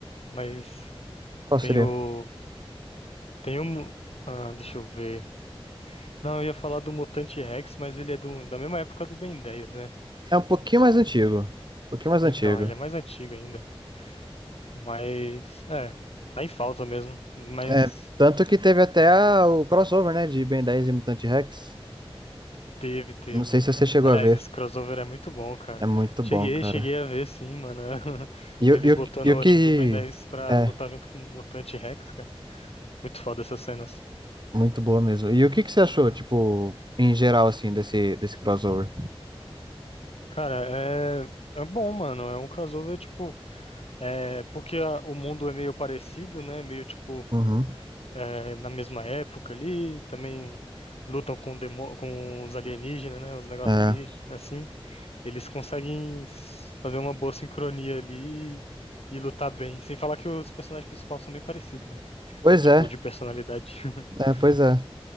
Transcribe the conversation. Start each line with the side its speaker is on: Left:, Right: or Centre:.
Left: mas
Right: Qual
Left: tem
Right: seria?
Left: o, tem um, ah, deixa eu ver. Não, eu ia falar do Mutante Rex, mas ele é do, da mesma época do Ben 10, né?
Right: É um pouquinho mais antigo. Um pouquinho mais
Left: Então,
Right: antigo.
Left: ele é mais antigo ainda. Mas, é, tá em falta mesmo. Mas
Right: É, tanto que teve até a- o crossover, né, de Ben 10 e Mutante Rex.
Left: teve, teve.
Right: Não sei se você chegou
Left: Aliás,
Right: a ver.
Left: esse crossover é muito bom, cara.
Right: É muito
Left: Cheguei,
Right: bom, cara.
Left: cheguei a ver, sim, mano. <laughs>
Right: E,
Left: Eles
Right: o- e,
Left: botando,
Right: o- e o que.
Left: tipo, o Ben 10 pra
Right: É,
Left: lutar junto com o Mutante Rex, cara. Muito foda essas cenas.
Right: muito boa mesmo. E o que que você achou, tipo, em geral, assim, desse, desse crossover?
Left: Cara, é, é bom, mano. É um crossover, tipo. É, porque a- o mundo é meio parecido, né? Meio tipo.
Right: Uhum.
Left: eh, na mesma época ali, também lutam com, demo- com os alienígenas, né? Os negócios
Right: É.
Left: ali, assim, eles conseguem s- fazer uma boa sincronia ali e, e lutar bem. Sem falar que os personagens principais são bem parecidos, né?
Right: Pois
Left: Tipo,
Right: é,
Left: de personalidade. <laughs>
Right: é, pois é.